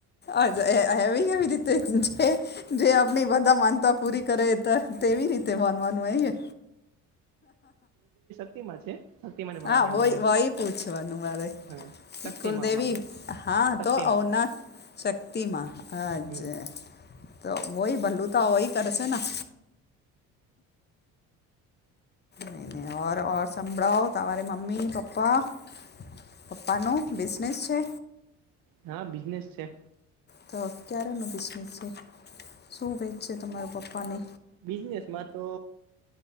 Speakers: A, on the left (about 25°); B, on the right (about 60°).
A: અચઅ એ એયવી કેવી રીતે જ-જે જે આપણી બધા માનતા પૂરી કરે. ત તેવી રીતે માનવાનું અઈએ.
B: તીમાં છે. શક્તિમાંને માનીએ
A: આ વય
B: અમે એમ
A: વયી પૂછવાનું મારે.
B: હા શક્તિમાં
A: કુલદેવી
B: અમારે
A: હા
B: શક્તિમાં
A: તો અવના શક્તિમાં અ અચ્છા,
B: હમ
A: તો હોય તપલું તો હોય કરશે ના. નઈ નઈ ઓર ઔર સંભળાવો તમારી મમ્મી-પપ્પા પપ્પા નું બિઝનેસ છે.
B: હા, બિઝનેસ છે.
A: તો ક્યારનો બિઝનેસ છે, શું વેચે તમારા પપ્પાને.
B: બિઝનેસમાં તો